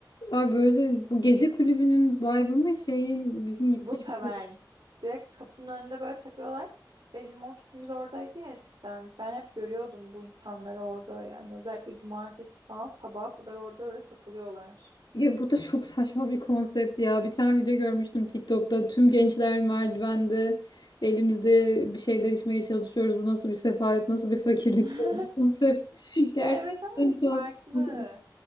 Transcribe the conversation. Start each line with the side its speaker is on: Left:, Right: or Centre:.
Left: Ay böyle bu gece kulübünün vibe'ı mı şeyin bizim gideceğimiz
Right: Bu tavern. Direkt kapının önünde böyle takılıyorlar. Bizim ofisimiz oradaydı ya eskiden. Ben hep görüyordum bu insanları orada. Yani özellikle cumartesi falan sabaha kadar orada öyle takılıyorlar.
Left: Ya bu da çok saçma bir konsept ya. Bir tane video görmüştüm TikTok'ta. Tüm gençler merdivende elimizde bir şeyler içmeye çalışıyoruz. Bu nasıl bir sefalet, nasıl bir fakirlik
Right: <laughs>
Left: diye bir konsept. <laughs> Gerçekten
Right: Ya evet ama
Left: tuhaf
Right: farklı.
Left: bir konsept.